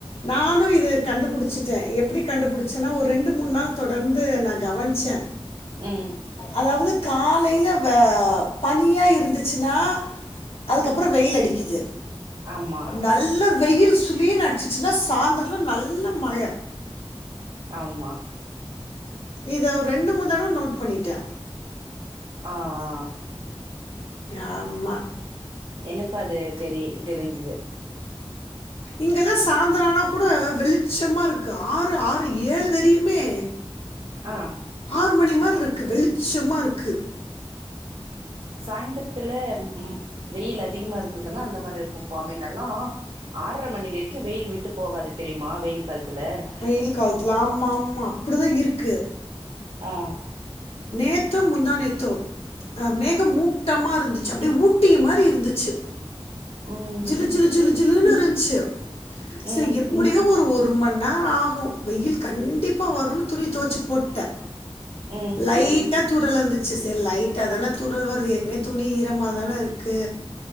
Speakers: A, on the left (about 70°); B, on the right (about 75°).
A: நானு இத கண்டுபிடிச்சட்டே எப்டி கண்டுபிடிச்சேன்னா ஒரு ரெண்டு மூணு நாள் தொடர்ந்து நா கவனிச்சே
B: ம்.
A: அதாவது காலையில வ பனியா இருந்துச்சுனா அதுக்கப்புறோ வெயில் அடிக்குது
B: ஆமா.
A: நல்ல வெயில் சுளிர்னு அடிச்சிச்சுன்னா சாயந்தர்லா நல்ல மழ
B: ஆம்மா
A: இத ஒர் ரெண்டு மூனு தடவ நோட் பண்ணிட்டே
B: ஆ ஆ
A: ஆம்மா
B: எனக் அது தெரி தெரிஞ்சுது
A: இங்கெல்லா சாயந்தரனா கூட வெளிச்சமா இருக்கு ஆறு ஆறு ஏழு வரையுமே
B: அ
A: ஒரு மணி மாரி இருக்குது ச்சமா இருக்கு
B: சாய்ந்திரத் துல ம் வெயில் அதிகமா இருந்ததுன்னா அந்த மாரி இருக்கு பாம்பே நல்லா ஆர்ர மணி வெரைக்கு வெயில் விட்டு போகாது தெரியுமா? வெயில் காலத்துல.
A: வெயில் காலத்துலா ஆம்மா ஆம்மா அப்டி தா இருக்கு
B: ம்
A: நேத்தோ முந்தா நேத்தோ அ மேகமூட்டமா இருந்துச்சு அப்டி ஊட்டி மாரி இருந்து ச்சு
B: ம்.
A: ஜிலு ஜிலு ஜிலு
B: ம்.
A: ஜிலு னு இருந்துச்சு சரி
B: ம்.
A: எப்டியோ ஒரு ஒரு ஒருமணி நேரோ ஆகு வெயில் கண்டிப்பா வரும்னு துணி தோவச்சு போட்டே
B: ம்.
A: லைட்டா தூறல் வந்துச்சு செர் லைட்டா தான தூறல் வருது எற்கனே துணி ஈரமா தானெ இருக்கு